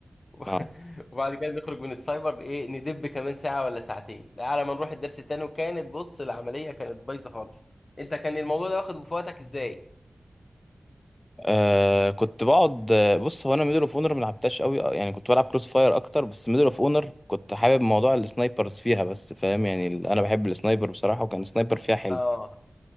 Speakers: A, on the left; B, on the left.
A: <laughs>
B: آه.
A: وبعد كده نخرج من السايبر ايه ندب كمان ساعة ولا ساعتين على ما نروح الدرس التاني وكانت بص العملية كانت بايظة خالص انت كان الموضوع ده واخد في وقتك ازاي؟
B: آه كنت بقعد آه، بص هو انا ميدل اوف اونر ما لعبتهاش قوي آه، يعني كنت بلعب كروس فاير اكتر بس ميدل اوف اونر كنت حابب موضوع السنايبرز فيها بس فاهم يعني ال- انا بحب السنايبر بصراحه وكان السنايبر فيها حلو
A: اه